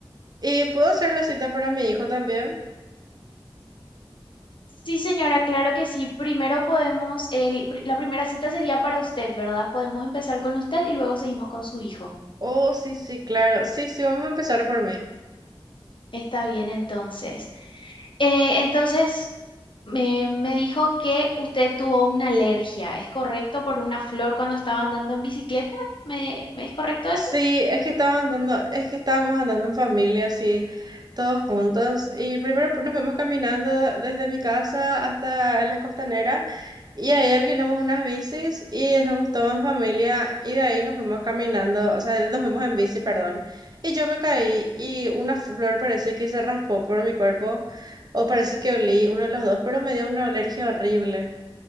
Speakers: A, on the right; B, on the left.
A: ¿Y puedo hacer la cita para mi hijo también?
B: Sí, señora, claro que sí. Primero podemos, el, pri- la primera cita sería para usted, ¿verdad? Podemos empezar con usted y luego seguimos con su hijo.
A: Oh, sí, sí, claro. Sí, sí, vamos a empezar por mí.
B: Está bien, entonces. Eh, entonces, me, me dijo que usted tuvo una alergia, ¿es correcto? Por una flor cuando estaba andando en bicicleta. ¿Me, me es correcto eso?
A: Sí, es que estaba andando, es que estábamos andando en familia, así, todos juntos. Y primero nos fuimos caminando desde mi casa hasta las costaneras. Y ahí alquilamos unas bicis y estamos todos en familia. Y de ahí nos fuimos caminando, o sea, nos fuimos en bici, perdón. Y yo me caí y una flor parece que se raspó por mi cuerpo. O parece que olí uno de los dos, pero me dio una alergia horrible.